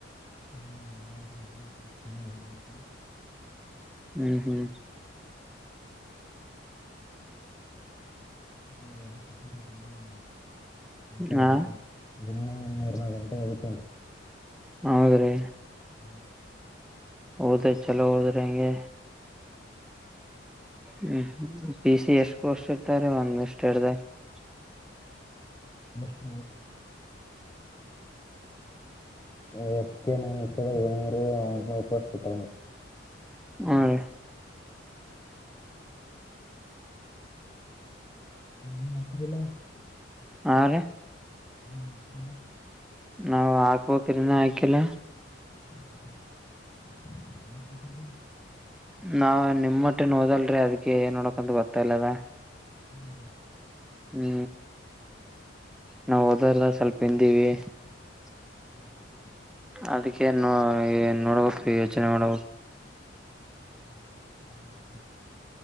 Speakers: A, on the left; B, in the centre.
A: ಹ್ಮ್
B: ಹ್ಮ್ ಹ್ಮ್
A: ಹ ಹ್ಮ್ ನಡಬತ್ತೆ
B: ಹಾ
A: <unintelligible> ಮೂರ್ ನಾಲ್ಕು ಗಂಟೆ ಹೋಗತ್ತೇನ್ರಿ
B: ಹೌದ್ರೀ
A: ಹ್ಮ್
B: ಹೌದ್ರಿ ಚಲೋ ಹೋದ್ರಿ ಹಂಗೆ ಹ್ಮ್ ಪ ಸಿ ಎಷ್ಟ್ ಕೋರ್ಸ್ಟ್ ಇರ್ತಾರೆ ಒಂದ್ ಇಷ್ಟ ಎರ <unintelligible>
A: <unintelligible> ಷ್ಟ ಹೆಯ ಏಳ್ನೂರುನೂಪಾಯಿ ಬಿಟ
B: ಹ್ಮ್ ರೀ
A: ಹ್ಮ ನಟಲ್ಲ <unintelligible>
B: ಹ
A: ಇಲ್ಲ <unintelligible>
B: ನಾವವು ಹಾಕ್ಬೇಕ್ರ ಇನ್ನ ಹಾಕಿಲ್ಲ
A: ನ <unintelligible>
B: ನಾವ ನಿಮ ಮಟ್ಟೆ ನೋದಲ್ರಿ ಅದಕ್ಕೆ ಏನ್ ನೋಡಕಂತ ಗೊತ್ತಾ ಇಲ್ಲ ಅದ
A: ಹ್ಮ್
B: ಹ್ಮ್ ನಾವವು ಹೋದಾರದ ಸ್ವಲ್ಪ ಹಿಂದಿವವಿ
A: ಹ್ಮ್
B: ಅದಕ್ಕೆ ನ ನೋಡ್ಬೇಕ ಪ್ರಯೋಜನ ಮಾಡ
A: ಹ್ಮ್ ಹ್ಮ ಹ್ಮ ಹ್ಮ್ಮ